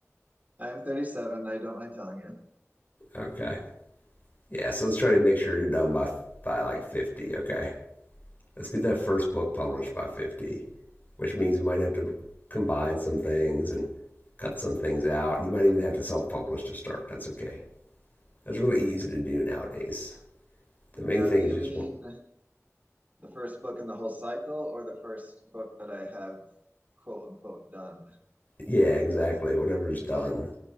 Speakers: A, on the right (about 30°); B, on the left (about 35°).
A: I'm 37. I don't mind telling you.
B: Okay. Yeah, so let's try to make sure you're done by by like fifty, okay? Let's get that first book published by 50, which means we might have to combine some things and cut some things out. You might even have to self publish to start. That's okay. That's really easy to do nowadays. The main
A: Now,
B: thing
A: do you
B: is just,
A: mean
B: want-
A: the first book in the whole cycle or the first book that I have quote unquote done?
B: yeah, exactly. Whatever is done,